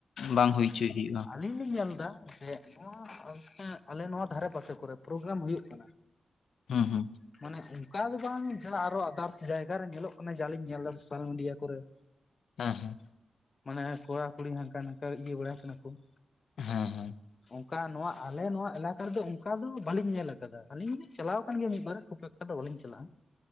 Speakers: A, on the left; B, on the left.
A: ᱵᱟᱝ ᱦᱩᱭᱪᱚᱭ ᱦᱩᱭᱩᱜᱼᱟ ᱾
B: ᱟᱹᱞᱤᱧ ᱞᱤᱧ ᱧᱮᱞ ᱫᱟ ᱡᱮ ᱱᱚᱣᱟ ᱟᱞᱮ ᱱᱚᱣᱟ ᱫᱷᱟᱨᱮ ᱯᱟᱥᱮ ᱠᱚᱨᱮ ᱯᱨᱳᱜᱽᱨᱟᱢ ᱦᱩᱭᱩᱜ ᱠᱟᱱᱟ᱾
A: ᱦᱩᱸ ᱦᱩᱸ
B: ᱢᱟᱱᱮ ᱚᱱᱠᱟ ᱫᱚ ᱵᱟᱝ ᱡᱟᱸᱦᱟ ᱟᱨᱦᱚᱸ ᱟᱫᱟᱨᱥ ᱡᱟᱭᱜᱟ ᱨᱮ ᱧᱮᱞᱚᱜ ᱠᱟᱱᱟ ᱡᱟ ᱞᱤᱧ ᱧᱮᱞᱫᱟ ᱥᱳᱥᱟᱞ ᱢᱤᱰᱤᱭᱟ ᱠᱚᱨᱮ ᱾
A: ᱦᱮᱸ ᱦᱮᱸ
B: ᱢᱟᱱᱮ ᱠᱚᱲᱟ ᱠᱩᱲᱤ ᱦᱟᱝᱠᱟ ᱱᱟᱝᱠᱟ ᱤᱭᱟᱹ ᱵᱟᱲᱟᱭ ᱠᱟᱱᱟ ᱠᱚ ᱾
A: ᱦᱮᱸ ᱦᱮᱸ ᱾
B: ᱚᱱᱠᱟ ᱱᱚᱣᱟ ᱟᱞᱮ ᱱᱚᱣᱟ ᱮᱞᱟᱠᱟ ᱨᱮᱫᱚ ᱚᱱᱠᱟ ᱫᱚ ᱵᱟᱹᱞᱤᱧ ᱧᱮᱞ ᱟᱠᱟᱫᱟ ᱟᱹᱞᱤᱧ ᱪᱟᱞᱟᱣ ᱟᱠᱟᱱ ᱜᱮᱭᱟ ᱢᱤᱫᱵᱟᱨ ᱠᱷᱩᱵ ᱮᱠ ᱚᱱᱠᱟ ᱫᱚ ᱵᱟᱹᱞᱤᱧ ᱪᱟᱞᱟᱜᱼᱟ